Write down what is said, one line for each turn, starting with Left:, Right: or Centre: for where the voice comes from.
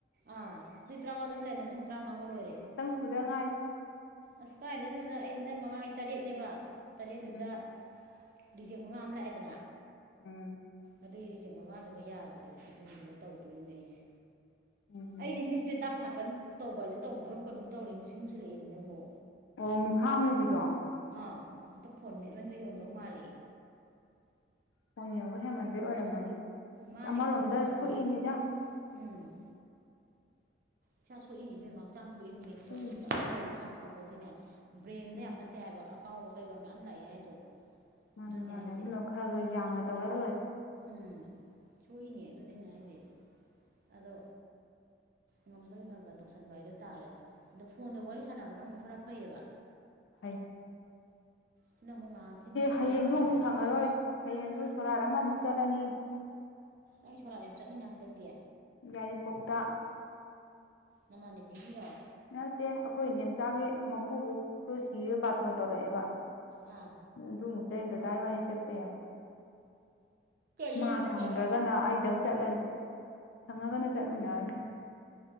Right: ꯑꯥ ꯃꯤ ꯇꯔꯥꯃꯉꯥ ꯑꯗꯨꯝ ꯂꯩꯔꯦ ꯅꯊꯨꯡ ꯇꯔꯥꯃꯉꯥꯒ ꯂꯣꯏꯔꯦ
Left: ꯁꯨꯗꯪꯉꯥꯏꯔꯤ
Right: ꯑꯁ ꯀꯥꯏꯗꯣꯏꯅꯣꯗ ꯑꯩꯗꯤ ꯅꯪ ꯃꯉꯥ ꯑꯩ ꯇꯔꯦꯠꯅꯦꯕ ꯇꯔꯦꯠꯇꯨꯗ
Left: ꯎꯝ
Right: ꯔꯤꯖꯦꯛ ꯃꯉꯥ ꯑꯃ ꯂꯥꯛꯑꯦꯗꯅ
Left: ꯎꯝ
Right: ꯑꯗꯨꯏ ꯔꯤꯖꯦꯛ ꯃꯉꯥꯗꯨꯃ ꯌꯥꯗ꯭ꯔꯦ ꯑꯗꯨꯒꯤꯗꯨꯃ ꯇꯧꯗꯣꯔꯤꯅꯦ ꯑꯩꯁꯦ
Left: ꯎꯝ
Right: ꯑꯩꯗꯤ ꯃꯤꯠꯁꯦ ꯗꯥꯛ ꯁꯥꯀꯟꯧꯧꯕ ꯍꯥꯏꯗꯣ ꯇꯧꯗ꯭ꯔꯕ ꯀꯩꯅꯣꯝ ꯇꯧꯔꯤ ꯅꯨꯡꯁꯤꯠ ꯃꯨꯁꯤꯜꯂꯛꯏꯃꯤ ꯅꯪꯕꯣ
Left: ꯑꯣ ꯃꯤꯈꯥ ꯃꯨꯕꯤꯗꯣ
Right: ꯑꯥ ꯑꯝꯇ ꯐꯣꯟ ꯃꯦꯠꯃꯟꯕꯒꯤ ꯑꯣꯝꯗꯧ ꯃꯥꯜꯂꯦ
Left: ꯐꯣꯟ ꯌꯦꯡꯕ ꯍꯦꯟꯃꯟꯕꯩ ꯑꯣꯏꯔꯝꯃꯅꯤ
Right: ꯃꯥꯅꯦ
Left: ꯑꯃꯔꯣꯝꯗ
Right: ꯐꯣꯟ ꯌꯦꯡꯕꯗꯁꯨ
Left: ꯁꯣꯛꯏꯅꯤꯗ
Right: ꯎꯝ ꯏꯁꯥ ꯁꯣꯛꯏꯅꯦ ꯢꯕꯦꯝꯃ ꯍꯛꯆꯥꯡ ꯁꯣꯛꯏꯅꯤꯅꯦ
Left: ꯁꯣꯛꯏꯅꯤ
Right: ꯐꯣꯟ ꯁꯨꯝ ꯅꯞꯅ ꯂꯩꯕ ꯏꯁꯥ ꯐꯕꯣꯟꯇꯦꯅꯦ ꯕ꯭ꯔꯦꯟꯗ
Left: ꯎꯝ
Right: ꯌꯥꯝ ꯐꯠꯇꯦ ꯍꯥꯏꯕ ꯑꯀꯥꯎꯕ ꯀꯩꯀ ꯃꯌꯥꯝ ꯂꯥꯛꯑꯦ ꯍꯥꯏꯗꯣ
Left: ꯃꯥꯅꯦ
Right: ꯑꯗꯨꯅꯦ
Left: ꯃꯥꯅꯦ
Right: ꯍꯥꯏꯁꯦ
Left: ꯑꯗꯨꯅ ꯈꯔ ꯈꯔ ꯌꯥꯡꯅ ꯇꯧꯔ ꯂꯣꯏꯔꯦ
Right: ꯎꯝ ꯊꯣꯛꯏꯅꯦ ꯑꯗꯨꯅꯦ ꯑꯩꯅ ꯍꯥꯏꯁꯦ ꯑꯗꯣ ꯉꯝꯕꯒꯤ ꯈꯔ ꯈꯔ ꯇꯧꯁꯟꯕ ꯍꯥꯏꯗꯣ ꯇꯥꯔꯦ ꯑꯗꯣ ꯐꯣꯟꯗ ꯋꯥꯔꯤ ꯁꯥꯟꯅꯕꯅ ꯑꯃꯨꯛ ꯈꯔ ꯐꯩꯌꯦꯕ
Left: ꯍ <inaudible>
Right: ꯁꯤꯅ ꯑꯃꯨꯛ ꯉꯥꯏꯍꯥꯛ ꯆꯤꯟꯗ ꯈꯔ
Left: ꯍꯌꯦꯡꯁꯨ
Right: ꯉꯥꯡꯈꯤꯕꯅꯤ
Left: ꯑꯃꯨꯛ ꯁꯪꯉꯔꯣꯏ ꯍꯌꯦꯡꯁꯨ ꯁꯣꯔꯥꯠ ꯑꯃꯃꯨꯛ ꯆꯠꯂꯅꯤ
Right: ꯑꯩ ꯁꯣꯂꯥꯠ ꯌꯥꯝ ꯆꯠꯂꯤꯅ ꯍꯟꯗꯛꯇꯤ
Left: ꯌꯥꯏꯔꯤꯄꯣꯛꯇ
Right: ꯅꯃꯥꯟꯅ ꯕꯤꯒꯤꯔꯣ
Left: ꯅꯠꯇꯦ ꯑꯩꯈꯣꯏ ꯢꯅꯦꯝꯆꯥꯒꯤ ꯃꯀꯨꯕꯣꯛꯇꯨ ꯁꯤꯔꯦ ꯕꯥꯇꯣꯟ ꯇꯧꯔꯛꯑꯦꯕ
Right: ꯑꯥ
Left: ꯑꯗꯨ ꯆꯗꯗꯥꯥꯏ <inaudible> ꯋꯥꯅꯤ ꯆꯠꯄ ꯌꯥꯏ
Right: ꯌꯥꯏꯔꯤꯄꯣꯛꯇꯕ
Left: ꯃꯥ ꯁꯪꯗ꯭ꯔꯒꯅ ꯑꯩꯗꯪ ꯆꯠꯂꯅꯤ ꯁꯪꯉꯒꯅ ꯆꯠꯃꯤꯟꯅꯔꯅꯤ